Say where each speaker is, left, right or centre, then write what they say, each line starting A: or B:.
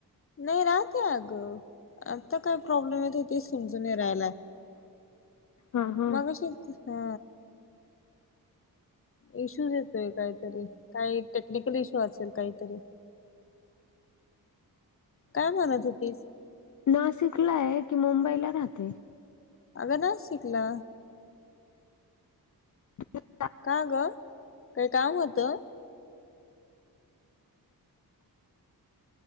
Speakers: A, on the left (about 35°); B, on the left (about 50°).
A: नाही राहते अगं आता काय प्रॉब्लेम येत होती समजून राहायला.
B: हा हा
A: मगशी हा इशूज येतोय काहीतरी काही टेक्निकल इशू असेल काहीतरी काय म्हणत होतीस
B: ना शिकलाय की मुंबईला राहते
A: अ ना शिकला
B: <unintelligible>
A: का ग काही काम होतं.